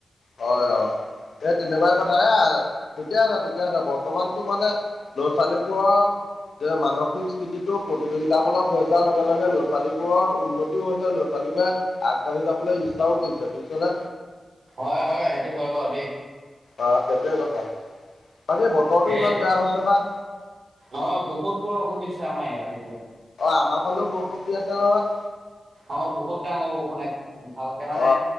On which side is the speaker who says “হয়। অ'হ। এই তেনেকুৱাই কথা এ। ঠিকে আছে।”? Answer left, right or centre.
Left